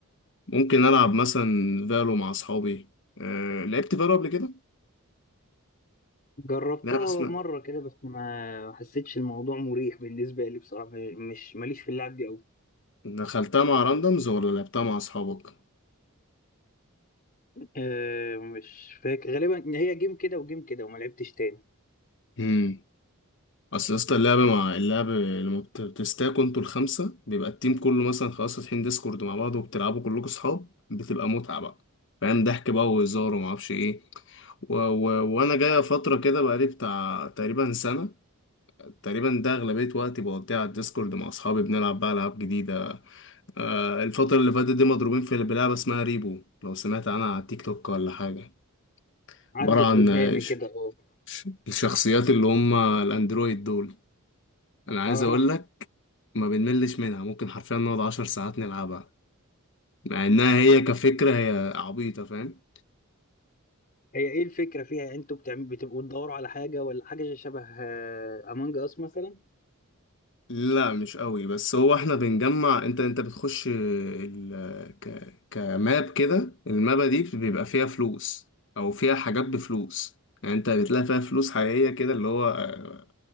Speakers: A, on the left (about 60°); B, on the left (about 40°).
A: ممكن ألعب مثلا فالو مع أصحابي أه لعبت فالو قبل كده؟
B: جربتها
A: لا بس ما
B: مرة كده بس ما حسيتش الموضوع مريح بالنسبة لي بصراحة مش ماليش في اللعب دي أوي
A: دخلتها مع راندمز ولا لعبتها مع أصحابك؟
B: أه مش فاكر غالبا هي جيم كده وجيم كده وما لعبتش تاني
A: امم أصل يا اسطى اللعب مع اللعب لما بت- بتستاكوا انتوا الخمسة بيبقى التيم كله مثلا خلاص فاتحين ديسكورد مع بعض وبتلعبوا كلكم أصحاب بتبقى متعة بقى فاهم ضحك بقى وهزار ومعرفش ايه و... و... وانا جاية فترة كده بقالي بتاع تقريبا سنة تقريبا ده أغلبية وقتي بقضيها على الديسكورد مع أصحابي بنلعب بقى ألعاب جديدة آه، الفترة اللي فاتت دي مضروبين في بلعبة اسمها ريبو لو سمعت عنها على التيك توك ولا حاجة
B: عدت
A: عبارة عن
B: قدامي
A: آه، ش-
B: كده اه
A: ش- الشخصيات اللي هم الأندرويد دول أنا عايز
B: اه
A: أقول لك ما بنملش منها ممكن حرفيا نقعد عشر ساعات نلعبها مع إنها هي كفكرة هي عبيطة فاهم
B: هي ايه الفكرة فيها يعني انتوا بتعمل بتبقوا تدوروا على حاجة ولا حاجة شبه امونج اس مثلا
A: لا مش قوي بس هو احنا بنجمع انت انت بتخش ال... ك... كماب كده المابة دي بيبقى فيها فلوس او فيها حاجات بفلوس يعني انت بتلاقي فيها فلوس حقيقية كده اللي هو آه،